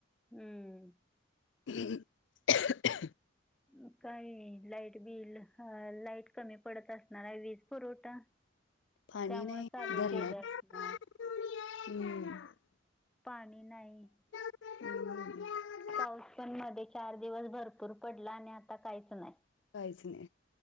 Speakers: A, in the centre; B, on the left (about 65°).
A: हम्म
B: ह ह <inaudible>
A: हम् काही लाईट बिल लाईट कमी पडत असणार वीज पुरवठा
B: पाणी
A: त्यामुळे
B: नाही
A: चालू
B: धरणात
A: केले असणार
B: हम्म
A: पाणी नाही
B: हम
A: पाऊस पण मध्ये चार दिवस भरपूर पडला आणि आता काहीच नाही
B: काहीच नाही